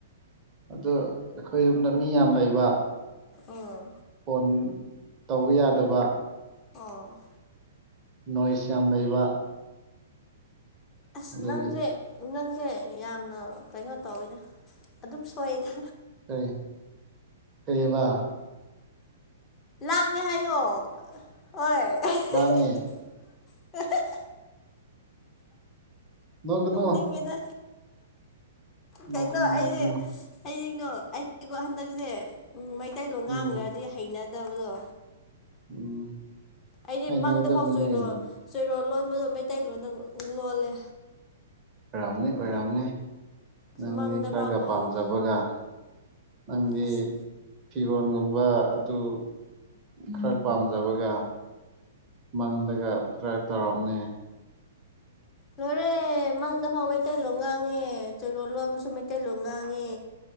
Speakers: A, on the right (about 25°); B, on the left (about 25°).
A: ꯑꯗꯨ ꯑꯈꯣꯏ ꯌꯨꯝꯗ ꯃꯤ ꯌꯥꯝ ꯂꯩꯕ
B: ꯑꯥ
A: ꯐꯣꯟ ꯇꯧ ꯌꯥꯗꯕ
B: ꯑꯣ꯫
A: ꯅꯣꯏꯁ ꯌꯥꯝ ꯂꯩꯕ
B: ꯑꯁ
A: ꯑꯗꯨꯒꯤ
B: ꯅꯪꯖꯦ ꯅꯪꯁꯦ ꯌꯥꯝꯅ ꯀꯩꯅꯣ ꯇꯧꯋꯤꯗ ꯑꯗꯨꯝ ꯁꯣꯏꯗ꯫
A: ꯑꯩ ꯀꯩꯌꯦꯕ꯫
B: ꯂꯥꯡꯉꯦ ꯍꯥꯏꯌꯣ ꯍꯣꯏ꯫
A: ꯂꯥꯡꯉꯦ꯫
B: <unintelligible>
A: ꯅꯣꯛꯀꯅꯨ
B: ꯅꯣꯛꯅꯤꯡꯉꯤꯗ꯫
A: ꯅꯣꯛꯀꯅꯨ
B: ꯀꯩꯅꯣ ꯑꯩ
A: ꯅꯣꯛꯀꯅꯨ
B: ꯑꯩꯗꯤꯉꯣ ꯑꯩꯗꯤꯀꯣ ꯍꯟꯗꯛꯁꯦ ꯎꯝ ꯃꯩꯇꯩ ꯂꯣꯟ ꯉꯥꯡꯒ꯭ꯔꯗꯤ
A: ꯎꯝ
B: ꯍꯩꯅꯗꯕꯗꯣ꯫
A: ꯎꯝ꯫
B: ꯑꯩꯗꯤ
A: ꯍꯩꯅꯒꯗꯕꯅꯤꯅꯦ
B: ꯃꯪꯗꯐꯥꯎ ꯆꯣꯏꯔꯣ
A: ꯀꯩꯅꯣ
B: ꯆꯣꯏꯔꯣꯜ ꯂꯣꯟꯕꯗꯣ ꯃꯩꯇꯩ ꯂꯣꯟꯗ ꯂꯣꯜꯂꯦ꯫
A: ꯑꯣꯏꯔꯝꯅꯤ ꯑꯣꯏꯔꯝꯅꯤ꯫
B: ꯑꯁ
A: ꯅꯪꯗꯤ
B: ꯃꯪꯗ
A: ꯈꯔꯒ
B: ꯐꯥꯎꯀꯣ
A: ꯄꯥꯝꯖꯕꯒ ꯅꯪꯗꯤ
B: ꯑꯁ
A: ꯐꯤꯔꯣꯟꯒꯨꯝꯕ ꯑꯗꯨ ꯈꯔ ꯄꯥꯝꯖꯕꯒ꯫ ꯃꯪꯗꯒꯥ ꯈꯔ ꯇꯧꯔꯝꯅꯤ꯫
B: ꯂꯣꯏꯔꯦ꯫ ꯑꯦ ꯃꯪꯗꯐꯥꯎ ꯃꯩꯇꯩꯂꯣꯟ ꯉꯥꯡꯉꯦ ꯆꯣꯏꯔꯣꯜ ꯂꯣꯟꯕꯁꯨ ꯃꯩꯇꯩꯂꯣꯟ ꯉꯥꯡꯉꯦ꯫